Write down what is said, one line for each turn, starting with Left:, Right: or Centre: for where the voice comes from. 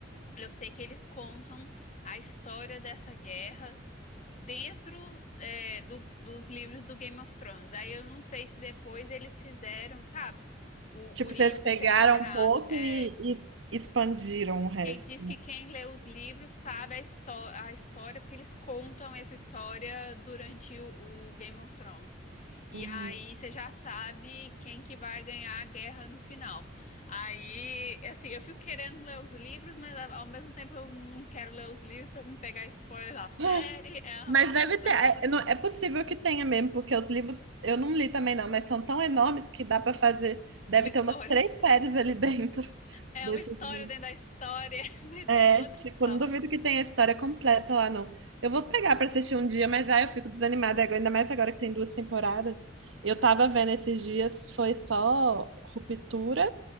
Left: Eu sei que eles contam a história dessa guerra dentro, é, do- dos livros do Game of Thrones. Aí eu não sei se depois eles fizeram, sabe, o,
Right: Tipo,
Left: o livro
Right: vocês pegaram
Left: separado.
Right: um pouco
Left: É,
Right: e, e expandiram o resto.
Left: Porque diz que quem lê os livros sabe a, histó- a história, porque eles contam essa história durante o, o Game of Thrones. E
Right: Uhum.
Left: aí você já sabe quem que vai ganhar a guerra no final. Aí, assim, eu fico querendo ler os livros, mas a- ao mesmo tempo eu não quero ler os livros pra não pegar spoiler da série.
Right: Ah,
Left: É uma
Right: Mas
Left: confusão.
Right: deve ter. É,
Left: <laughs>
Right: é não- é possível que tenha mesmo, porque os livros eu não li também, não, mas são tão enormes que dá para fazer. Deve
Left: Uma história.
Right: ter umas três séries ali dentro <laughs>
Left: É
Right: desses
Left: uma história
Right: livros.
Left: dentro da história, <laughs> dentro
Right: É,
Left: da outra
Right: tipo,
Left: história.
Right: não duvido que tenha a história completa lá, não. Eu vou pegar para assistir um dia, mas aí eu fico desanimada, agora- ainda mais agora que tem duas temporadas. Eu tava vendo esses dias, foi só Ruptura